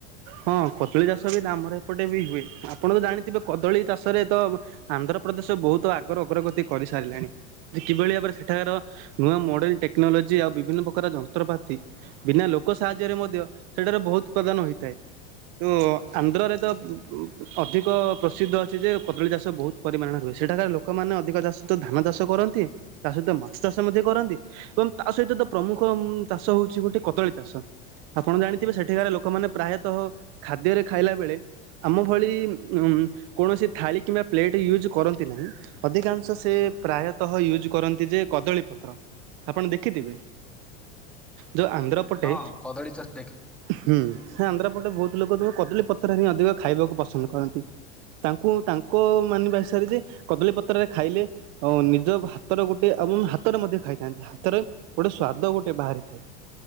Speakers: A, on the right; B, in the centre.
A: ହଁ, କଦଳୀ ଚାଷ ବି ତ ଆମର ଏପଟେ ବି ହୁଏ। ଆପଣ ତ ଜାଣିଥିବେ, କଦଳୀ ଚାଷରେ ତ ଆନ୍ଧ୍ରପ୍ରଦେଶ ବହୁତ ଆଗର ଅଗ୍ରଗତି କରିସାରିଲେଣି। ଯେ କିଭଳି ଭାବରେ, ସେଠାକାର ନୂଆ ମ ଟେକ୍ନୋଲୋଜି, ଆଉ ବିଭିନ୍ନ ପ୍ରକାର ଯନ୍ତ୍ରପାତି। ବିନା ଲୋକ ଲୋକ ସାହାଯ୍ୟରେ ମଧ୍ୟ, ସେଠାରେ ବହୁତ ପ୍ରଦାନ ହୋଇଥାଏ। ତ, ଆନ୍ଧ୍ରରେ ତ ଅଧିକ ପ୍ରସିଦ୍ଧ ଅଛି ଯେ କଦଳୀ ଚାଷ ବହୁତ ପରିମାଣରେ ହୁଏ। ସେଠାକାର ଲୋକମାନେ, ଅଧିକ ଚାଷତ ଧାନ ଚାଷ କରନ୍ତି। ତା ସହିତ ମାଛ ଚାଷ ମଧ୍ୟ କରନ୍ତି। ଏବଂ ତା ସହିତ ତ ପ୍ରମୁଖ ଚାଷ ହଉଛି ଗୋଟେ, କଦଳୀ ଚାଷ। ଆପଣ ଜାଣିଥିବେ ସେଠିକାରେ ଲୋକମାନେ ପ୍ରାୟତଃ ଖାଦ୍ୟରେ ଖାଇଲା ବେଳେ ଆମ ଭଳି କୌଣସି ଥାଳି କିମ୍ବା ପ୍ଲେଟ୍ ୟୁଜ୍ କରନ୍ତି ନାହିଁ। ଅଧିକାଂଶ ସେ ପ୍ରାୟତଃ ୟୁଜ୍ କରନ୍ତି ଯେ କଦଳୀ ପତ୍ର। ଆପଣ ଦେଖିଥିବେ। ଯୋଉ ଆନ୍ଧ୍ର ପଟେ
B: ହଁ କଦଳୀ ଚାଷ ଦେଖ
A: ହୁଁ ସେ ଆନ୍ଧ୍ରାପଟେ ବହୁତ ଲୋକତ କଦଳୀପତ୍ର ରେ ହିଁ ଅଧିକ ଖାଇବାକୁ ପସନ୍ଦ କରନ୍ତି। ତାଙ୍କୁ ତାଙ୍କ ମାନିବା ହିସାବରେ ଯେ କଦଳୀ ପତ୍ରରେ ଖାଇଲେ ଅଂ ନିଜ ହାତର ଗୋଟେ ଆମ୍ ହାତରେ ମଧ୍ୟ ଖାଇଥାନ୍ତି, ହାତରେ ଗୋଟେ ସ୍ଵାଦ ଗୋଟେ ବାହାରିଥାଏ।